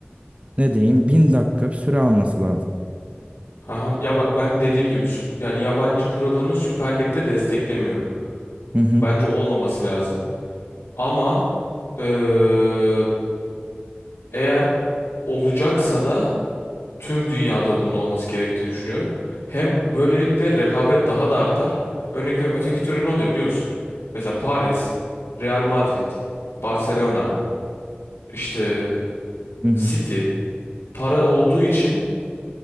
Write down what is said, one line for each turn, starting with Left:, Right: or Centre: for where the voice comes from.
Right: ne diyeyim bin dakika bir süre alması lazım.
Left: Aha. Ya bak ben dediğim gibi süp- yani yabancı kuralını Süper Lig'de desteklemiyorum.
Right: Hı hı.
Left: Bence olmaması lazım. Ama eee, eğer olacaksa da tüm dünyada bunun olması gerektiğini düşünüyorum. Hem böylelikle rekabet daha da artar. Örnek veriyorum öteki türlü ne oluyor biliyor musun? Mesela Paris, Real Madrid, Barcelona, işte
Right: Hı hı.
Left: City para olduğu için